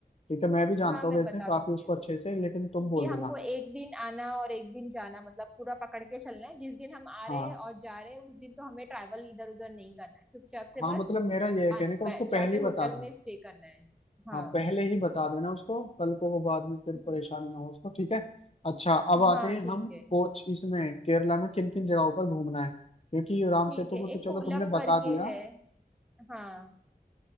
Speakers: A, on the left (about 40°); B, in the centre.
A: ठीक है मैं भी जानता
B: हाँ मैं
A: हूँ वैसे
B: बता
A: काफी
B: दूंगी
A: उसको अच्छे से लेकिन
B: क्योंकि
A: तुम बोल
B: हमको
A: देना
B: एक दिन आना और एक दिन जाना मतलब पूरा पकड़ के चलना है जिस दिन हम आ रहे
A: हाँ
B: हैं और जा रहे हैं उस दिन तो हमें ट्रैवल इधर उधर नहीं करना है चुपचाप से
A: हाँ
B: बस
A: मतलब मेरा ये है
B: आ,
A: कहने
B: बै-
A: का उसको
B: जाके
A: पहले ही
B: होटल
A: बता देना
B: में स्टे करना है हाँ
A: हाँ पहले ही बता देना उसको कल को वो बाद में फिर
B: हम्म
A: परेशानी ना हो उसको ठीक है अच्छा अब आते
B: हाँ
A: हैं
B: ठीक
A: हम
B: है
A: कोच इसमें केरला में किन किन जगहों पर घूमना है क्योंकि राम
B: ठीक
A: सेतु
B: है
A: को तो
B: एक कोलम
A: चलो तुमने बता
B: करके
A: दिया
B: है हाँ